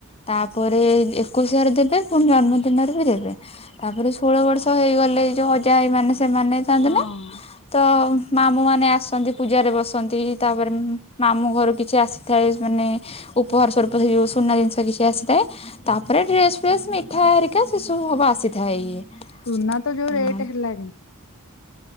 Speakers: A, on the left; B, on the left.
A: ତାପରେ ଏକୋଇଶିଆରେ ଦେବେ ପୁଣି ଜନ୍ମଦିନରେ ବି ଦେବେ। ତାପରେ ଷୋଳ ବର୍ଷ ହେଇଗଲେ ଏଇ ଯୋଉ ଅଜା ଆଈ ମାନେ ସେମାନେ ଥାଆନ୍ତି
B: ହଁ
A: ନା ତ ମାମୁଁ ମାନେ ଆସନ୍ତି ପୂଜାରେ ବସନ୍ତି ତାପରେ ମାମୁଁ ଘରୁ କିଛି ଆସିଥାଏ ମାନେ ଉପହାର ସ୍ୱରୂପ ସେ ଯୋଉ ସୁନା ଜିନିଷ କିଛି ଆସିଥାଏ। ତାପରେ ଡ୍ରେସ୍ ଫ୍ରେସ୍ ମିଠା ହେରିକା ସେସବୁ ଅବା ଆସିଥାଏ ଇଏ।
B: ସୁନା ତ ଯୋଉ
A: ହୁଁ
B: ରେଟ୍ ହେଲାଣି।